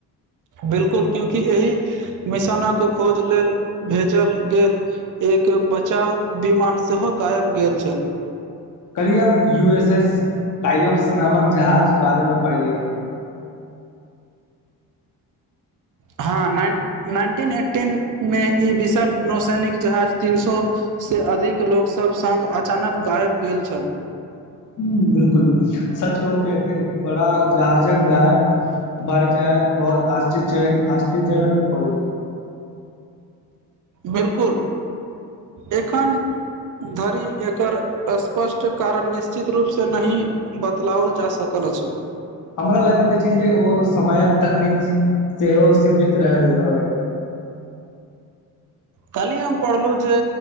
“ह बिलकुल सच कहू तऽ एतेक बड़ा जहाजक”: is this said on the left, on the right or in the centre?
Left